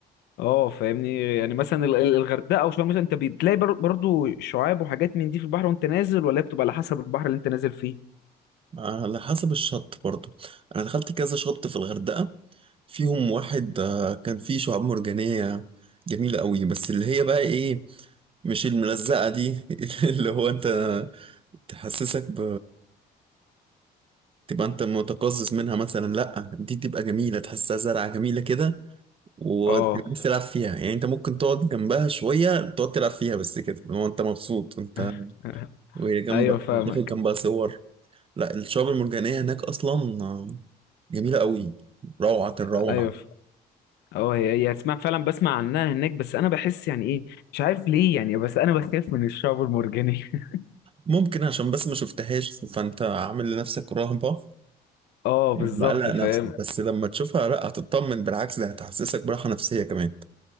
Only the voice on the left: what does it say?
اه فاهمني يعني مثلا ال- ال- الغردقة أو شرم مثلا أنت بتلاقي بر- برضو شعاب وحاجات من دي في البحر وأنت نازل ولا هي بتبقى على حسب البحر اللي أنت نازل فيه
اه
<laughs>
ايوه فاهمك
ايوه ف- اه هي هي اسمع فعلا بسمع عنها هناك بس انا بحس يعني ايه مش عارف ليه يعني بس انا بخاف من الشعب المرجاني <laughs>
اه
بالظبط فاهم